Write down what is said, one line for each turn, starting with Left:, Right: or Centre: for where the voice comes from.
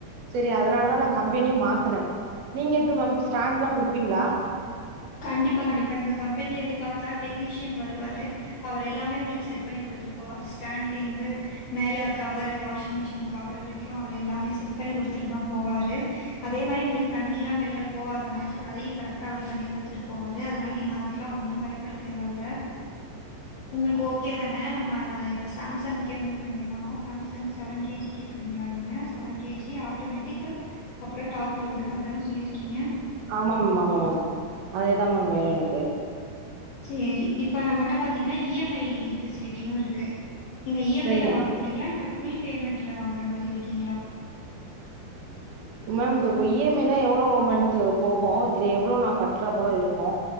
Right: செரி அதனாலதா நா கம்பெனியு மாத்துன நீங்க எப்டி மேம் ஸ்டாண்ட்ல்லா குடுப்பீங்ளா
Left: கண்டிப்பா கண்டிப்பா எங்க கம்பென்ல இருந்து பாத்தா டெக்னீஷியன் வருவாரு அவரு எல்லாமே உங்களுக்கு செட் பண்ணி குடுத்துட்டு போவாரு ஸ்டாண்ட்லருந்து மேல கவரு வாஷிங் மிஷின் கவரு வரைக்கு அவர் எல்லாமே செட் பண்ணி குடுத்துட்டு தா போவாரு அதே மாரி உங்களுக்கு தண்ணில்லா வெளில போவாத மாரி அதையு கரெக்டா அவர் பண்ணி குடு திரு போவாரு அதனால நீங்க அதுக்குல்லா ஒன்னு பயப்பட தேவல்ல உங்களுக்கு ஓக் கே தான நம்ம இப்ப சாம்சங்க்கே மூவ் பண்ணிர்லாமா சாம்சங் செவன் கேஜி கேக் கிறிக்லா நீங்க செவன் கேஜி ஆட்டோமேட்டிக் அப்றோ டாப் லோடு அதுதான சொல்லிருக்கீங்க
Right: ஆமா மேம் ஆமா மேம் அதேதா மேம் வேணு எனக்கு
Left: சேரி இப்ப நம்மட்ட பாத்தீங்கன்னா இ எம் ஐ பெசிலிட்டியு இருக்கு நீங்க இ எம்
Right: சரிங்க
Left: ஐ ல வாங்க போறிங்ளா இல்ல ஃபுல் பேமெண்ட்ல வாங்குற மாரி இருக்கீங்ளா
Right: மேம் இதோ இப்ப இ எம் ஐ னா எவ்ளோ மந்த் போகு இது எவ்ளோ நா கட்ற போல இருக்கு